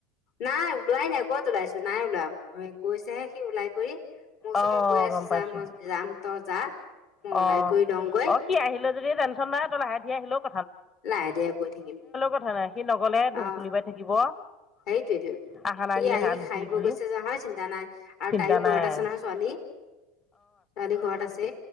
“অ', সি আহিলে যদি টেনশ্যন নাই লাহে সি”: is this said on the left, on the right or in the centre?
Left